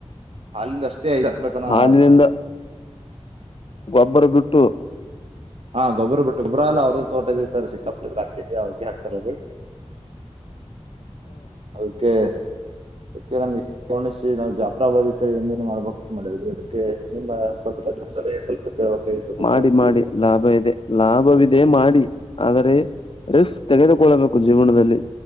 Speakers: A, on the right; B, on the left.
A: ಹಾಲಂದ ಅಷ್ಟೇ ಐದು ಅಪ್ಪೈ ತನ
B: ಹಾಲಿನಿಂದ
A: ಆಗ
B: ಗೊಬ್ಬರ ಬಿದುಟ್ಟು
A: ಹಾ ಗೊಬ್ಬ್ರ ಬಿಟ್ಟು ಗೊಬ್ರ ಎಲ್ಲ ಅವ್ರ ತೋಟ ಇದೀವಿ ಸರ್ ಸಿಿಕ್ಕಪ್ಪಿದ್ರಾ ಅವ್ರಿಗೆ ಹಾಕ್ತಾರ ಅವರು
B: ಹ
A: ಅದಕ್ಕೆ ಅಕ್ಕೆ ನಮಗೆ ಕೋಣಶೀ ನಾವು ಜಾಫರಾಬಾದ್ ಇೇಳಿ ಎಏೇನು ಮಾಡ್ಬೇಕ ಮ ಅದಕ್ಕೆ ನಿಮ್ಮ ಸ್ವಲ್ಪಾರೆ ಸ್ವಲ್ಪ ಕೇಳಬೇಕಾಗಿತ್ತು ಅದಕ್ಕೆ
B: ಮಾಡಿ
A: ಹಚ್ಚಿದ್ವಿ
B: ಮಾಡಿ ಲಾಭ ಇದೆ ಲಾಭವಿದೆ ಮಾಡಿ ಆದರೆ ರಿಸ್ಕ್ ತೆಗೆದುಕೊಳ್ಳಬೇಕು ಜೀವನದಲ್ಲಿ